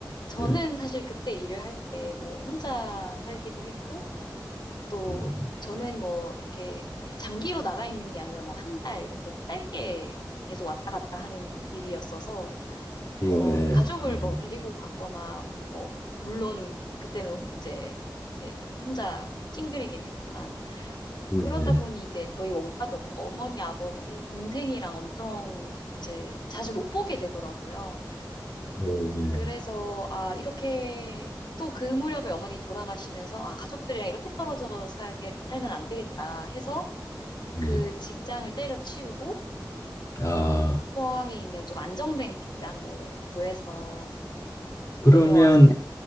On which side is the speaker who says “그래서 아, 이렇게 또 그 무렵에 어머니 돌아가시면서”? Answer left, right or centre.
Left